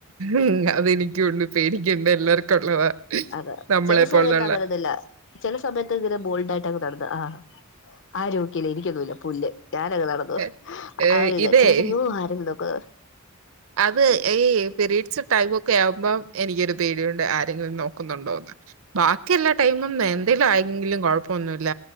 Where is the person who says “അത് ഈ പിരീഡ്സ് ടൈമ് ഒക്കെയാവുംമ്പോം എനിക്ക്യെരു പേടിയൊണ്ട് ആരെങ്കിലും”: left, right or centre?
Right